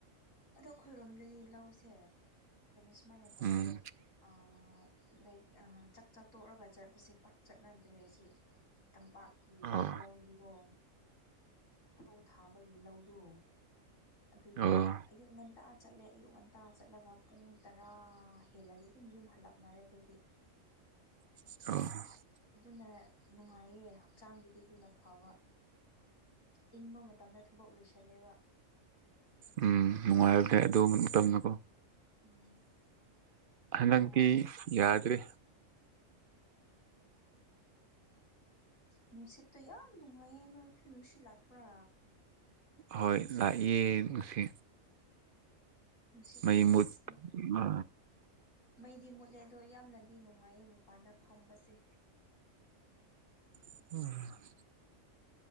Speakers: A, on the left (about 75°); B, on the right (about 50°).
A: ꯑꯣ ꯑꯗꯣ ꯑꯩꯈꯣꯏꯔꯣꯝꯗꯗꯤ ꯂꯧꯁꯦ ꯀꯩꯅꯣ ꯁꯨꯃꯥꯏꯅ ꯇꯧꯋꯦ
B: ꯎꯝ
A: ꯑꯥ ꯂꯥꯏꯛ ꯑ ꯆꯥꯛ ꯆꯥ ꯇꯣꯛꯔꯒ ꯆꯠꯄꯁꯦ ꯄꯥꯛ ꯆꯠꯅꯗ꯭ꯔꯦ ꯁꯤ ꯇꯝꯄꯥꯛ ꯀꯤ
B: ꯑꯥ
A: ꯂꯧꯗꯤꯒꯣ ꯐꯧ ꯊꯥꯕꯒꯤ ꯂꯧꯗꯣ ꯑꯗꯨꯗꯤ
B: ꯑꯥ
A: ꯑꯌꯨꯛ ꯉꯟꯇꯥ ꯆꯠꯂꯦ ꯑꯌꯨꯛ ꯉꯟ ꯇꯥ ꯆꯠꯂꯒ ꯄꯨꯡ ꯇꯔꯥ ꯍꯦꯜꯂꯗꯤ ꯑꯗꯨꯝ ꯌꯨꯝ ꯍꯜꯂꯛꯅꯔꯦ ꯑꯩꯈꯣꯏꯗꯤ
B: ꯑꯧ
A: ꯑꯗꯨꯅ ꯅꯨꯡꯉꯥꯏꯌꯦ ꯍꯛꯆꯥꯡꯒꯤꯗꯤ ꯗꯨꯅ ꯐꯕ ꯏꯪꯕ ꯃꯇꯝꯗ ꯊꯕꯛ ꯂꯣꯏꯁꯜꯂꯦꯕ
B: ꯎꯝ ꯅꯨꯡꯉꯥꯏꯕꯅꯦ ꯑꯗꯨ ꯃꯇꯝꯅꯀꯣ
A: ꯎꯝ ꯑꯗꯨꯅ
B: ꯍꯅꯛꯇꯤ
A: ꯅꯨꯡꯉꯥꯏ
B: ꯌꯥꯗ꯭ꯔꯦ
A: ꯅꯨꯡꯁꯤꯠ ꯇꯣ ꯌꯥꯝꯝ ꯅꯨꯡꯉꯥꯏꯌꯦ ꯅꯣꯏꯁꯨ ꯅꯨꯡꯁꯤꯠ ꯂꯥꯛꯄ꯭ꯔꯥ
B: ꯍꯣꯏ ꯂꯥꯛꯌꯦ ꯉꯁꯤ
A: ꯅꯨꯡꯁꯤꯠꯇꯣ
B: ꯃꯩ
A: ꯑꯁ
B: ꯃꯨꯠ ꯄ
A: ꯃꯩꯗꯤ ꯃꯨꯠꯂꯦ ꯑꯗꯣ ꯌꯥꯝꯅꯗꯤ ꯅꯨꯡꯉꯥꯏꯌꯦ ꯃꯄꯥꯟꯗ ꯐꯝꯕꯁꯦ
B: ꯎꯝ <unintelligible>